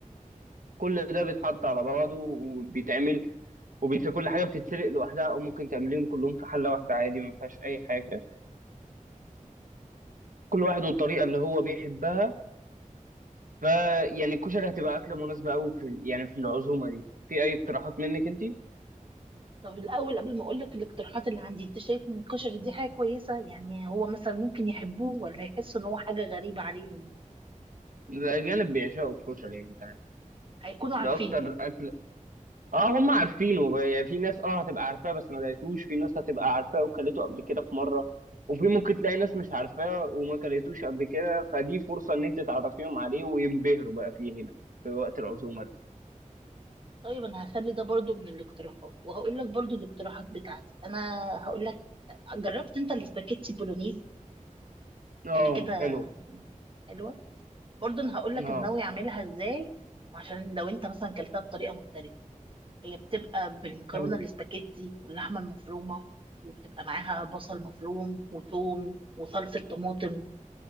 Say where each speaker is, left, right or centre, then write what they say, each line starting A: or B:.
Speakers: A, on the right (about 80°); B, on the right (about 40°).
A: كل ده بيتحط على بعضه وبيتعمل وفي كل حاجه بتتسلق لوحدها او ممكن تعمليهم كلهم في حله واحده عادي ما فيهاش اي حاجه كل واحد والطريقه اللي هو بيحبها فيعني الكشري هتبقى اكله مناسبه قوي في ال- يعني في العزومه دي في اي اقتراحات منك انت
B: طب الاول قبل ما اقول لك الاقتراحات اللي عندي انت شايف ان الكشري دي حاجه كويسه يعني هو مثلا ممكن يحبوه ولا يحس ان هو حاجه غريبه عليهم
A: الاجانب بيعشقوا الكشري يعني بتاعنا
B: هيكونوا عارفينه
A: ده اكتر
B: يعني
A: اكله اه هم عارفينه بقى، يعني في ناس اه هتبقى عارفاه بس ما لقيتوش في ناس هتبقى عارفاه وكلته قبل كده في مره وفي ممكن تلاقي ناس مش عارفاه وما كلتوش قبل كده فدي فرصه ان انت تعرفيهم عليه وينبهروا بقى فيه هنا في وقت العزومه ده
B: طيب انا هخلي ده برضو من الاقتراحات وهقول لك برضو الاقتراحات بتاعتي انا هقول لك جربت انت الاسباجيتي بولونيز
A: اه
B: حاجه كده
A: حلو
B: حلوه برضو انا هقول لك
A: اه
B: انا ناوي اعملها ازاي عشان لو انت مثلا كلتها بطريقه مختلفه هي بتبقى بالمكرونه
A: تمام
B: الاسباجيتي واللحمه المفرومه وبتبقى معاها بصل مفروم وتوم وصلصه طماطم